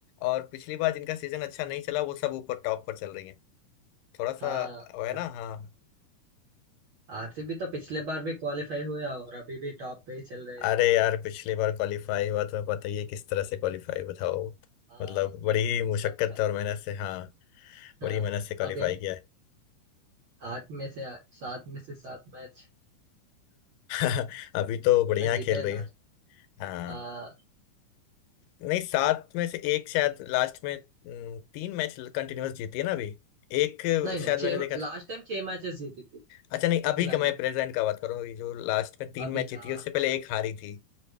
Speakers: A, on the left (about 85°); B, on the right (about 65°).
A: और पिछली बार जिनका सीजन अच्छा नहीं चला वो सब ऊपर टॉप पर चल रही हैं थोड़ा
B: हाँ
A: सा वो है
B: हाँ
A: ना हाँ
B: आरसीबी तो पिछले बार भी क्वालिफाई हुआ और अभी भी टॉप पे ही चल रहे
A: अरे
B: हैं
A: यार पिछली बार क्वालिफाई हुआ तुम्हें पता ही है किस तरह से क्वालिफाई बताओ
B: हाँ
A: मतलब बड़ी मुशक्कत
B: अब क-
A: और मेहनत से हाँ बड़ी
B: हाँ
A: मेहनत से क्वालिफाई
B: अब ये
A: किया है
B: आठ में से आ- सात में से सात मैच
A: <laughs> अभी तो बढ़िया
B: क्या जीते
A: खेल
B: है
A: रही
B: लास्ट
A: है हाँ
B: आ,
A: नहीं सात में से एक शायद लास्ट में हम्म, तीन मैच कंटिन्यूअस जीती है ना अभी एक
B: नहीं नहीं
A: शायद मैंने
B: छह
A: देखा था
B: लास्ट टाइम छह मैचेस जीती थी
A: अच्छा नहीं अभी का
B: लाइन
A: मैं प्रेजेंट का बात करूँ जो लास्ट में तीन
B: अभी
A: मैच जीती
B: का
A: है उससे पहले एक हारी थी